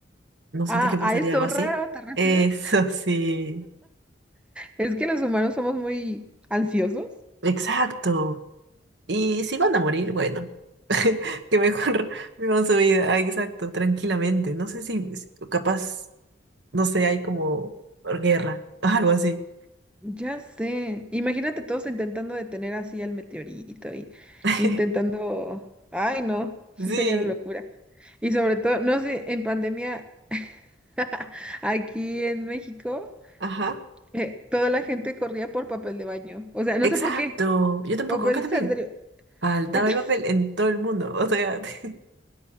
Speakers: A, on the right; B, in the centre.
A: ¿No sientes
B: ah,
A: que pasaría
B: ¿a eso
A: algo así?
B: raro te
A: <laughs>
B: refieres?
A: Eso
B: <laughs>
A: sí,
B: Es que los humanos somos muy ansiosos.
A: exacto. Y si van a morir, bueno, <laughs> que mejor vivan su vida, ah, exacto, tranquilamente. No sé si, si capaz, no sé, hay como guerra, <laughs> algo así.
B: Ya sé. Imagínate todos intentando detener así al meteorito y
A: <laughs>
B: intentando... Ay, no, sí
A: Sí,
B: sería la locura. Y sobre todo, no sé, en pandemia, <laughs> aquí en México,
A: ajá,
B: eh, toda la gente corría por papel de baño. O sea, no
A: exacto.
B: sé por qué.
A: Yo tampoco,
B: Papel
A: acá también.
B: de sanitario.
A: Faltaba
B: Entonces,
A: el papel en todo el mundo. O sea, <laughs>